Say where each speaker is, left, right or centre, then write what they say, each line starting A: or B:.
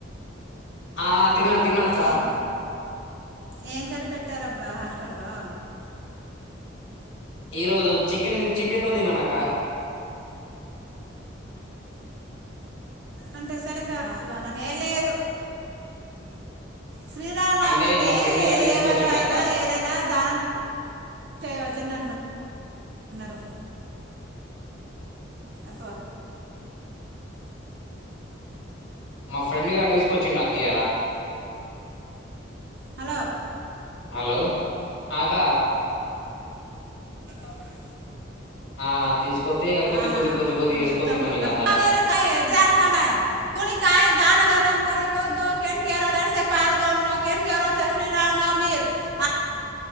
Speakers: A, on the left (about 85°); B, on the right (about 60°).
A: ఆ
B: మ్మ్
A: తిన్నా తిన్నాకా
B: ఏం ఏం కర్రీ పెట్టారబ్బా హాస్టల్లో
A: ఈరోజు చికెన్ చికెన్ తిన్న అక్క
B: అంటే <unintelligible> ఏం లేదు శ్రీరామనవమికి
A: అంటే మా ఫ్రెండ్ గాడు తీసుకొచ్చిండు
B: ఎవరు అయినా
A: అక్క
B: ఏదైనా దానం చేయవచ్చుని అంటారు న్నరూ అ
A: మా ఫ్రెండ్ గాడు తీసుకొచ్చిండక్క ఇయలా
B: హలో
A: హలో ఆకా
B: అప్పుడు <unintelligible>
A: ఆ తీసుకొతే ఇగ కొద్ది కొద్ది కొద్ది కొద్ది వేసుకొని తిన్నాం
B: <inaudible>
A: ఇగ అందరం
B: నామర్ <inaudible>